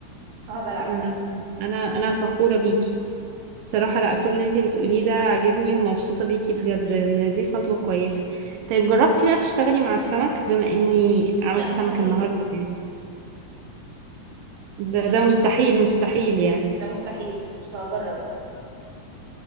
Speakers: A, on the right; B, on the right.
A: اقعد العب
B: أنا
A: فعلا
B: أنا أنا فخورة بيكي الصراحة لا كل اللي انتي بتقوليه ده عاجبني ومبسوطة بيكي بجد إن دي خطوة كويسة طيب جربتي بقى تشتغلي مع السمك بما إني عملت
A: لا
B: سمك
A: مستحيل
B: النهاردة يعني ده ده مستحيل مستحيل يعني
A: ده مستحيل مش هجرب اصلا